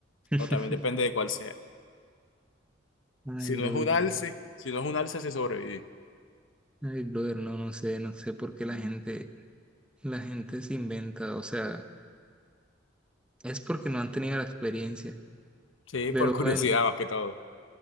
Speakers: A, in the centre; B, on the left (about 80°).
A: <laughs>
B: O también depende de cuál sea.
A: Ay,
B: Si
A: brother,
B: no es un
A: no.
B: alce, si no es un alce, se sobrevive.
A: ay, brother, no, no sé, no sé por qué la gente, la gente se inventa, o sea, es porque no han tenido la experiencia,
B: Sí,
A: pero
B: por curiosidad
A: bueno,
B: más que todo.